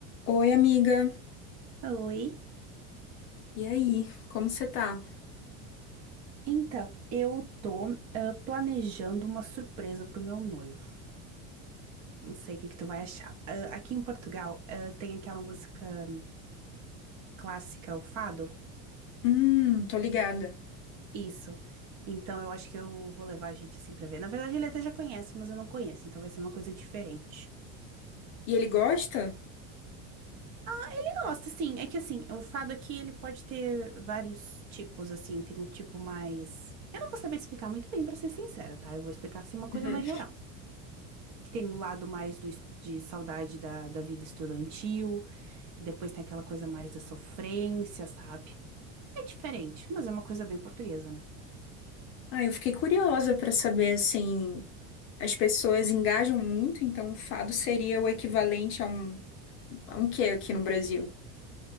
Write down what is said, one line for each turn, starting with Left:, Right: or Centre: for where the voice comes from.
Left: Oi, amiga.
Right: Oi.
Left: E aí, como você tá?
Right: Então, eu tô ah, planejando uma surpresa pro meu noivo. Não sei o que que tu vai achar. Ah, aqui em Portugal, ah, tem aquela música hum, clássica, o fado.
Left: Hum, tô ligada.
Right: Isso. Então, eu acho que eu vou levar a gente assim pra ver. Na verdade, ele até já conhece, mas eu não conheço, então vai ser uma coisa diferente.
Left: E ele gosta?
Right: Ele gosta, sim. É que assim, o fado aqui, ele pode ter vários tipos, assim. Tem o tipo mais. Eu não vou saber te explicar muito bem, pra ser sincera, tá? Eu vou explicar assim uma coisa
Left: Uhum.
Right: mais geral. que tem um lado mais do, es- de saudade da, da vida estudantil, e depois tem aquela coisa mais da sofrência, sabe? É diferente, mas é uma coisa bem portuguesa, né?
Left: Ah, eu fiquei curiosa pra saber, assim, as pessoas engajam muito, então o fado seria o equivalente a um, a um quê aqui no Brasil?